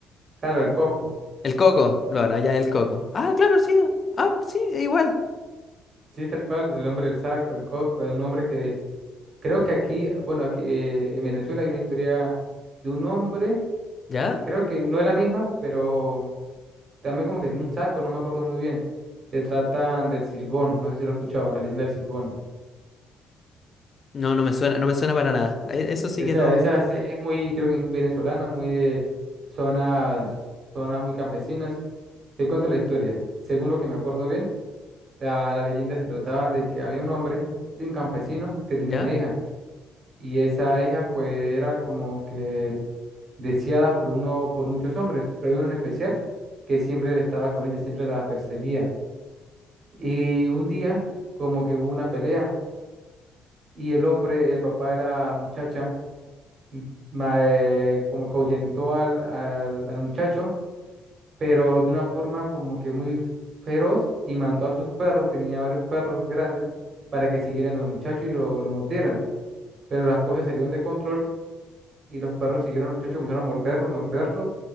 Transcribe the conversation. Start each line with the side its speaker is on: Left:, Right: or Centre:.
Right: Claro, el coco,
Left: El coco, bueno, allá el coco. Ah, claro, sí, ah, sí, es igual.
Right: sí, tal cual, el hombre del saco, el coco, es un hombre que creo que aquí, bueno, aquí eh, en Venezuela hay una historia de un hombre.
Left: ¿Ya?
Right: Creo que no es la misma, pero también como que tiene un saco, no me acuerdo muy bien. Se trata del Silbón, no sé si lo he escuchado, la leyenda del Silbón.
Left: No, no me suena, no me suena para nada. E- Eso sí
Right: Esa,
Left: que no.
Right: esa sí es muy, creo que es muy venezolana, muy de zonas, zonas muy campesinas. Te cuento la historia. Según lo que me acuerdo bien, la, la leyenda se trataba de que había un hombre, sí, un campesino, que tenía
Left: ¿Ya?
Right: una hija. Y esa hija pues era como que deseada por uno, por muchos hombres, pero hay uno en especial que siempre estaba con ella, siempre la perseguía Y un día, como que hubo una pelea y el hombre, el papá de la muchacha, m- ma- eh, como que ahuyentó al, al, al muchacho, pero de una forma como que muy feroz y mandó a sus perros, tenía varios perros grandes, para que siguieran al muchacho y lo, lo mordieran. Pero las cosas salieron de control y los perros siguieron al muchacho, comenzaron a morderlo, morderlo,